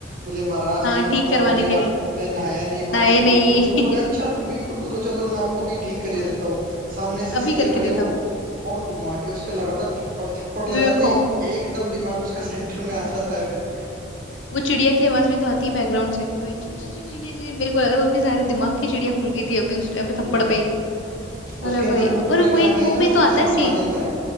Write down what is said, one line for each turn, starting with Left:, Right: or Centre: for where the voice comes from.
Right: बोले महाराज
Left: हाँ
Right: एक हफ्ता
Left: ठीक करवाने
Right: हो गया
Left: के लिए
Right: मैं नहाया नहीं पानी
Left: नहाए
Right: से
Left: नहीं
Right: बिल्कुल दूर हूँ बोले अच्छा तुम बिल्कुल दूर हो चलो मैं आपको भी ठीक
Left: <laughs>
Right: करे
Left: हाँ
Right: देता हूँ सामने से सीधे
Left: अभी करके
Right: खड़े
Left: देता
Right: हो
Left: हूँ
Right: और घुमा के उसके
Left: हम्म
Right: लगातार थप्पड़ थप्पड़ लगाते
Left: देखो
Right: ही एकदम दिमाग उसका सेंटर में आ जाता है फिर
Left: वो चिड़िया की आवाज भी तो आती है बैकग्राउंड से कि भाई ची ची ची ची ची- ची। मेरे को लगा था उसके सारे दिमाग की चिड़िया खुल गई थी अभी उस टाइम पे
Right: हम्म
Left: थप्पड़ पे ही
Right: उसके
Left: अरे
Right: अंदर
Left: भाई
Right: वो पूरी
Left: और वो
Right: कहानी
Left: एक वो
Right: है ना
Left: भी
Right: उसको
Left: तो आता
Right: समझा
Left: है सीन
Right: देता है